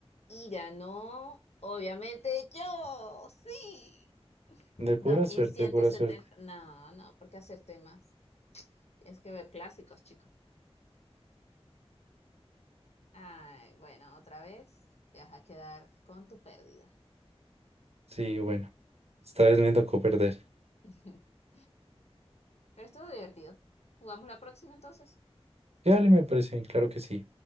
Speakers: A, on the left (about 80°); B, on the right (about 75°).
A: Y ganó, obviamente, yo. Sí.
B: De pura
A: Dos mil
B: suerte,
A: ciento
B: de pura
A: setenta.
B: suerte.
A: No, no, ¿por qué hacer temas? Tienes que ver clásicos, chicos. Ay, bueno, otra vez te vas a quedar con tu pérdida.
B: Sí, bueno, esta vez me tocó perder.
A: <laughs> Pero estuvo divertido. ¿Jugamos la próxima entonces?
B: Dale, me parece, claro que sí.